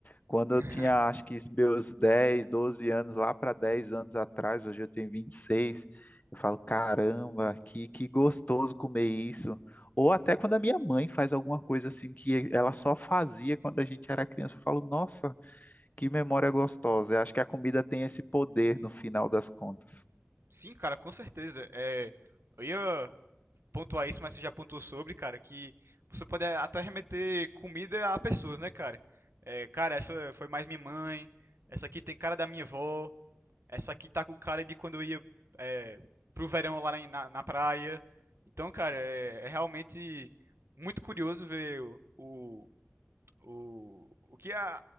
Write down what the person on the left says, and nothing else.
quando
eu tinha, acho que meus 10 12 anos, lá para 10 anos atrás, hoje eu tenho vinte e seis eu falo, caramba, que, que gostoso comer isso. Ou até quando a minha mãe faz alguma coisa assim que ela só fazia quando a gente era criança, eu falo, nossa, que memória gostosa. Eu acho que a comida tem esse poder no final das contas.